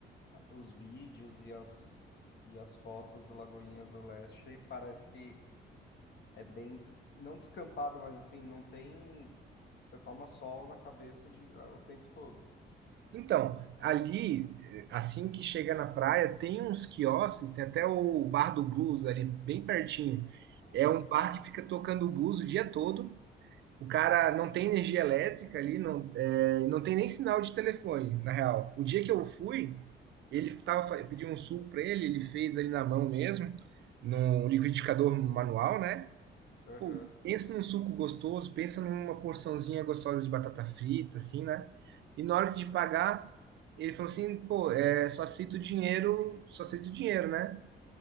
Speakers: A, on the left; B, on the right.
A: os vídeos e as, e as fotos do Lagoinha do Leste, parece que é bem, des- não descampado, mas assim, não tem. Você toma sol na cabeça de, ah, o tempo todo.
B: Então, ali, eh, assim que chega na praia, tem uns quiosques, tem até o Bar do Blues ali, bem pertinho. É
A: Uhum.
B: um bar que fica tocando blues o dia todo. O cara não tem energia elétrica ali, não, eh, não tem nem sinal de telefone, na real. O dia que eu fui, ele tava, fa- eu pedi um suco para ele, ele fez ali na mão mesmo, num liquidificador manual, né?
A: Aham,
B: Pô, pensa num suco gostoso, pensa numa porçãozinha gostosa de batata frita, assim, né? E na hora de pagar, ele falou assim, pô, é, só aceito dinheiro, só aceito dinheiro, né?